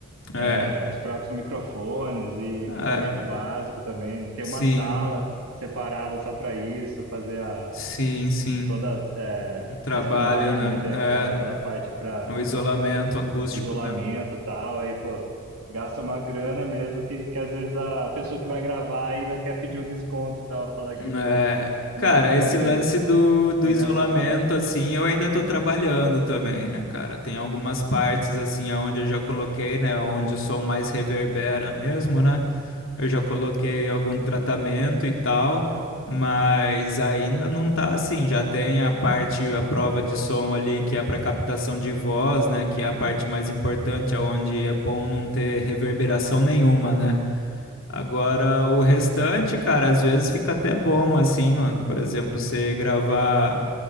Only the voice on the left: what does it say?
é,
é,
sim,
sim, sim.
Um trabalho,
né?
É,
no isolamento acústico,
né?
É,
cara,
esse
lance
do, do
isolamento,
assim, eu ainda tô trabalhando também, né, cara? Tem algumas partes, assim, aonde eu já coloquei, né, onde o som mais reverbera mesmo, né? Eu já coloquei algum tratamento e tal, mas ainda não tá assim. Já tem a parte, a prova de som ali, que é para captação de voz, né, que é a parte mais importante, aonde é bom não ter reverberação nenhuma, né? Agora, o restante,
cara, às vezes fica até bom, assim, mano. Por exemplo, você gravar,